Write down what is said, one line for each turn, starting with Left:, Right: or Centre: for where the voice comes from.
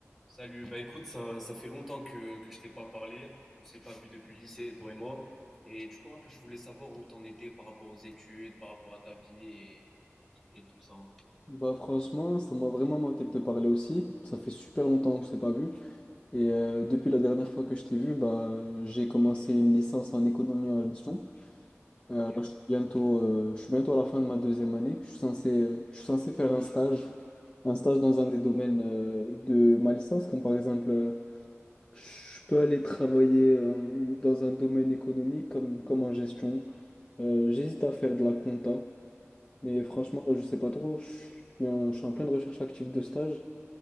Centre: Salut, bah écoute, ça, ça fait longtemps que, que je t'ai pas parlé. On s'est pas vu depuis le lycée, toi et moi. Et du coup, un peu, je voulais savoir où t'en étais par rapport aux études, par rapport à ta vie et, et tout ça. hein.
Left: Bah franchement, ça m'a vraiment manqué de te parler aussi. Ça fait super longtemps que je t'ai pas vu. Et euh, depuis la dernière fois que je t'ai vu, bah j'ai commencé une licence en économie en gestion.
Centre: Ok.
Left: Euh, là, je suis bientôt, euh, je suis bientôt à la fin de ma deuxième année. Je suis censé, je suis censé faire un stage, un stage dans un des domaines euh, de ma licence, comme par exemple, euh, je peux aller travailler euh, dans un domaine économique comme, comme en gestion. Euh, j'hésite à faire de la compta. Mais franchement, je sais pas trop. Je suis en, je suis en pleine recherche active de stage.